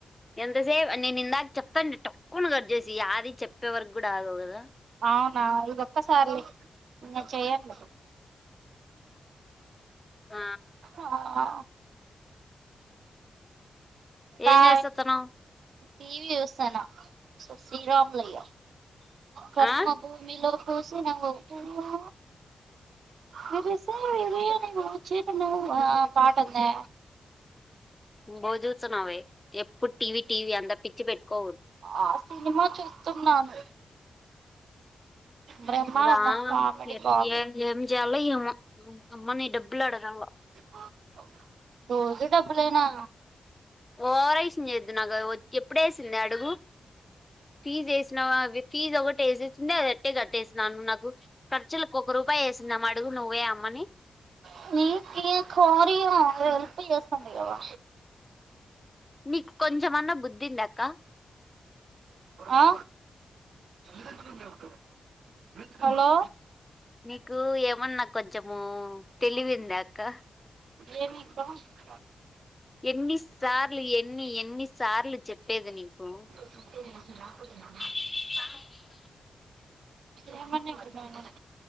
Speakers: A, on the left; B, on the right.
A: ఎంతసేపు నేను ఇందాక చెప్తానండి టక్కున కట్ చేసి యాది చెప్పే వరకు కూడా ఆగవ్ కదా
B: అవునా ఇదొక్కసారి లే ఇంగా చేయనులే
A: ఆ
B: ఆ
A: ఏం
B: ఆ
A: చేస్తున్నావ్
B: టీవీ చూస్తన్న శ్రీరాములయ్య కర్మభూమిలో
A: ఆ
B: పూసిన ఓ పువ్వా విరిసి వీరియాని ఓ చిరునవ్వు పాట ఉందే
A: బో చూస్తున్నావే ఎప్పుడు టీవీ టీవీ అంతా పిచ్చి పెట్కోద్
B: ఆ సినిమా చూస్తున్నాను బ్రహ్మానందం
A: ఇప్పుడా
B: కామెడీ
A: ఎ
B: బాగుంది
A: ఏ ఏమి చేయాలో ఎమో అమ్మాని డబ్బులు అడగాలా
B: ఆ రోజు డబ్బులేనా
A: ఓవరక్షన్ చేయొద్దు నాకు ఎప్పుడేసింది అడుగు ఫీజ్ వేసినవా ఫీజ్ ఒకటి వేసేసింది అదిఅట్టే కట్టేసినాను నాకు ఖర్చులకు ఒక్క రూపాయి వేసిందేమె అడుగు నువ్ పోయి అమ్మని
B: <unintelligible> హెల్ప్ చేస్తుంది కదా
A: నీకు కొంచెమన్నా బుద్ధి ఉందాక్క
B: ఆ తల్లీద్రండ్రులు లేప్తవే హలో
A: నీకు ఏమన్నా కొంచెము తెలివిందా అక్క
B: ఏమి అక్క
A: ఎన్ని సార్లు ఎన్ని ఎన్ని సార్లు చెప్పేది నీకు
B: అేకు
A: ఆ
B: ఏమన్న ఇప్పుడు నీను